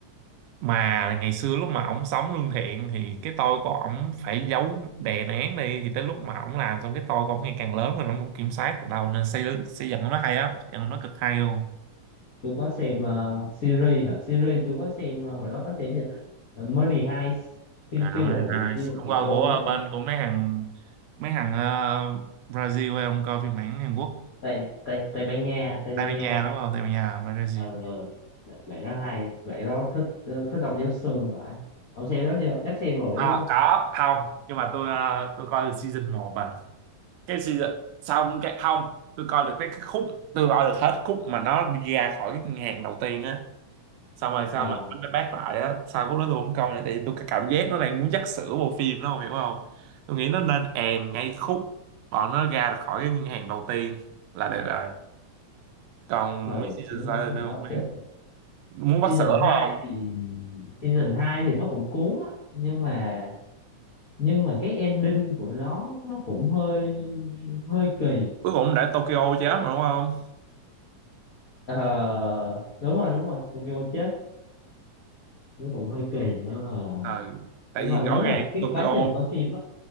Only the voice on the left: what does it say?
tôi có xem ờ, series hả series tôi có xem ờ, hồi đó có xem gì Ờ, Money Heist phim
phi vụ
phi vụ
triệu
đô
đúng không
ta
Tây Tây Tây Ban Nha Tây Ban
Nha
ờ ờ bạn bạn đó hay bạn đó thích ờ, thích ông giáo sư vậy ông xem đó chưa chắc xem rồi
đúng không
ờ
ừ
đúng,
đúng
là
sắp
sửa thì
season
2
thì season 2 thì nó cũng cuốn á nhưng mà nhưng mà cái ending của nó nó cũng hơi hơi kỳ
Ờ, đúng rồi đúng rồi Tokyo chết nó cũng hơi kỳ nhưng mà
nhưng
mà nếu
mà
cái
quá trình coi phim á